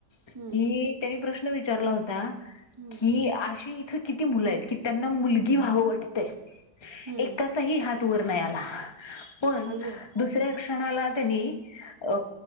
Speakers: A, on the left; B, on the right.
A: की,
B: हम्म
A: त्यांनी प्रश्न विचारला होता.
B: हम्म
A: कि अशी इथ किती मुल आहेत कि त्यांना मुलगी व्हाव वाटतय.
B: हम्म
A: एका चाही हात वर नाही आला पण
B: अय्यो
A: दुसऱ्या क्षणाला त्यांनी अ